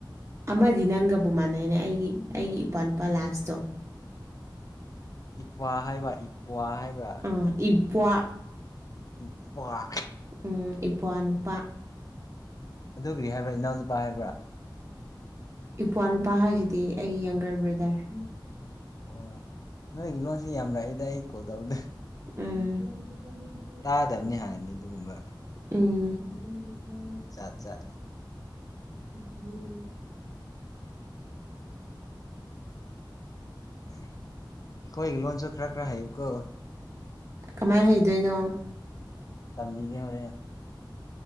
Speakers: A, on the right; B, on the left.
A: ꯑꯃꯗꯤ ꯅꯪꯒꯕꯨ ꯃꯥꯟꯅꯩꯅꯦ ꯑꯩꯒꯤ ꯑꯩꯒꯤ ꯏꯄꯥ ꯅꯨꯄꯥ ꯂꯥꯁꯇꯣ
B: ꯏꯄ꯭ꯋꯥ ꯍꯥꯏꯕ ꯏꯄ꯭ꯋꯥ ꯍꯥꯏꯕ꯭ꯔꯥ
A: ꯎ ꯏꯄ꯭ꯋꯥ
B: ꯏꯄ꯭ꯋꯥ
A: ꯎꯝ ꯏꯄ꯭ꯋꯥ ꯅꯨꯄꯥ
B: ꯑꯗꯨ ꯒ꯭ꯔꯤ ꯍꯥꯏꯕ꯭ꯔꯥ ꯏꯅꯥꯎꯅꯨꯄꯥ ꯍꯥꯏꯕ꯭ꯔꯥ
A: ꯏꯄ꯭ꯋꯥ ꯅꯨꯄꯥ ꯍꯥꯏꯁꯤꯗꯤ ꯑꯩꯒꯤ ꯌꯪꯒꯔ ꯕ꯭ꯔꯥꯗꯔ
B: ꯑꯣ ꯅꯣꯏꯒꯤ ꯂꯣꯟꯁꯤ ꯌꯥꯝ ꯂꯩꯗ ꯑꯩ ꯀꯣꯜ ꯇꯧꯕꯗ
A: ꯎꯝ
B: ꯇꯥꯗꯕꯅꯦ ꯍꯥꯟꯅꯗꯤ ꯑꯗꯨꯒꯨꯝꯕ
A: ꯎꯝ
B: ꯖꯥꯠ ꯖꯥꯠꯅꯦ
A: ꯎꯝ
B: ꯑꯩꯈꯣꯢꯒꯤ ꯂꯣꯟꯁꯨ ꯈ꯭ꯔ ꯈ꯭ꯔ ꯍꯩꯌꯨꯀꯣ
A: ꯀꯃꯥꯏ ꯍꯩꯗꯣꯏꯅꯣ
B: ꯇꯝꯕꯤꯒꯦ ꯍꯣꯔꯦꯟ